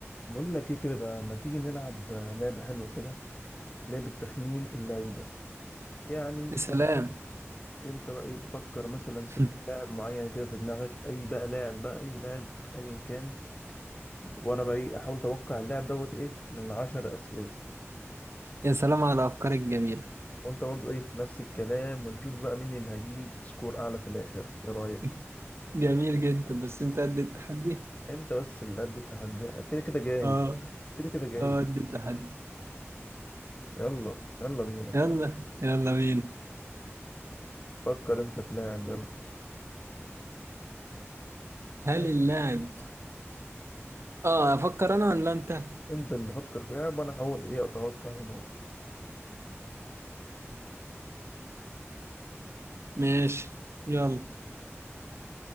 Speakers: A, on the left; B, on the right.
A: بقول لك ايه كده بقى ما تيجي نلعب لعبة حلوة كده لعبة تخمين اللعيبة يعني
B: يا سلام
A: إن- انت بقى ايه تفكر مثلا
B: <laughs>
A: كده في لاعب معين كده في دماغك اي بقى لاعب بقى اي لاعب ايا كان وانا بقى ايه احاول اتوقع اللاعب دوت ايه من عشر اسئلة
B: يا سلام على أفكارك الجميلة
A: وانت برضو ايه نفس الكلام ونشوف بقى مين اللي هجيب سكور اعلى في الاخر ايه رأيك
B: <laughs> جميل جدا بس أنت قد التحدي؟
A: انت بس اللي قد التحدي كده كده جاهز
B: آه
A: يعني كده كده جاهز
B: آه قد التحدي
A: يلا يلا بينا
B: يلا يلا بينا
A: فكر انت في لاعب يلا
B: هل اللاعب آه أفكر أنا ولا أنت؟
A: انت اللي فكر في لاعب وانا هحاول ايه اتوقع منه
B: ماشي يلا